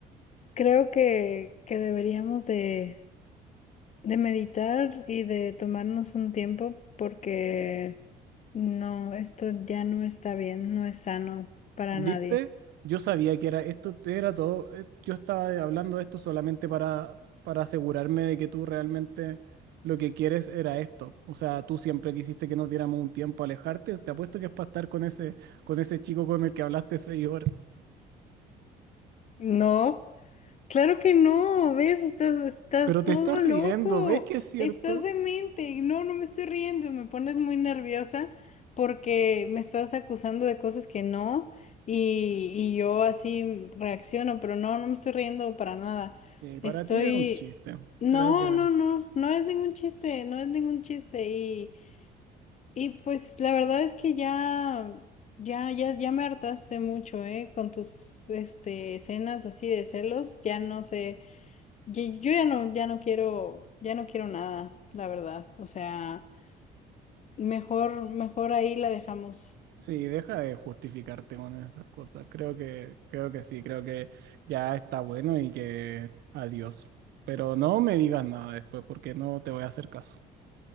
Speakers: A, on the left; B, on the right.
A: creo que, que deberíamos de De meditar y de tomarnos un tiempo porque no, esto ya no está bien, no es sano para
B: ¿Viste?
A: nadie.
B: Yo sabía que era esto era todo. eh, Yo estaba hablando de esto solamente para, para asegurarme de que tú realmente lo que quieres era esto. O sea, tú siempre quisiste que nos diéramos un tiempo a alejarte. Te apuesto que es para estar con ese, con ese chico con el que hablaste seis horas.
A: No. Claro que no, ¿ves? Estás, estás
B: Pero
A: todo
B: te estás riendo,
A: loco,
B: ¿ves que es cierto?
A: estás demente. y No, no me estoy riendo, me pones muy nerviosa porque me estás acusando de cosas que no y, y yo así reacciono, pero no, no me estoy riendo para nada.
B: Sí, para
A: Estoy...
B: ti es un chiste.
A: No,
B: Creo que.
A: no, no, no es ningún chiste, no es ningún chiste. Y, y pues la verdad es que ya, ya, ya, ya me hartaste mucho, ¿eh? Con tus, este, escenas así de celos, ya no sé. Yo, yo ya no, ya no quiero, ya no quiero nada, la verdad. O sea, mejor, mejor ahí la dejamos.
B: Sí, deja de justificarte con esas cosas. Creo que, creo que sí, creo que ya está bueno y que adiós. Pero no me digas nada después porque no te voy a hacer caso.